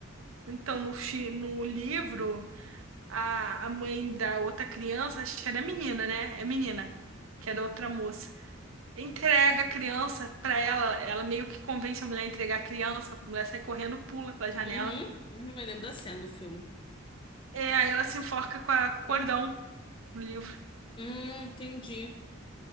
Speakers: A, on the right; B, on the left.
A: Então, no, fi- no livro. a, a mãe da outra criança, acho que era menina, né? É menina, que era outra moça. Entrega a criança pra ela, ela meio que convence a mulher a entregar a criança, a mulher sai correndo, pula pela janela.
B: uhum, uhum, eu lembro da cena no filme.
A: É, aí ela se enforca com, a- com o cordão do livro.
B: Hum, entendi.